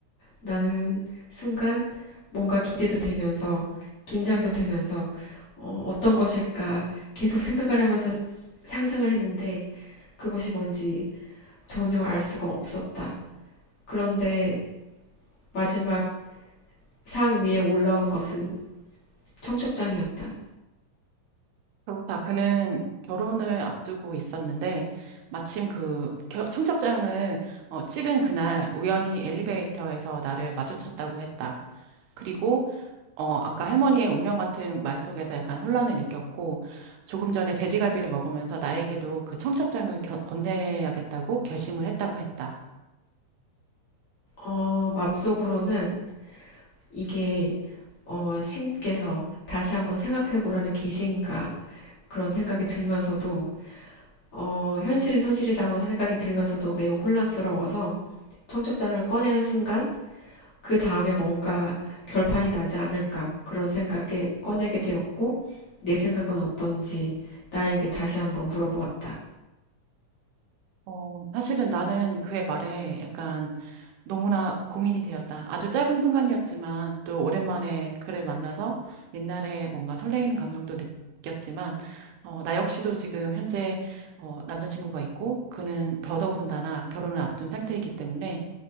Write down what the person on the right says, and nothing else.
그렇다. 그는 결혼을 앞두고 있었는데 마침 그 겨- 청첩장을 어, 찍은 그날 우연히 엘리베이터에서 나를 마주쳤다고 했다. 그리고 어 아까 할머니의 운명 같은 말 속에서 약간 혼란을 느꼈고 조금 전에 돼지갈비를 먹으면서 나에게도 그 청첩장을 겨- 건네야겠다고 결심을 했다고 했다.
어, 사실은 나는 그의 말에 약간 너무나 고민이 되었다. 아주 짧은 순간이었지만 또 오랜만에 그를 만나서 옛날에 뭔가 설레이는 감정도 느꼈지만 어, 나 역시도 지금 현재 어, 남자친구가 있고 그는 더더군다나 결혼을 앞둔 상태이기 때문에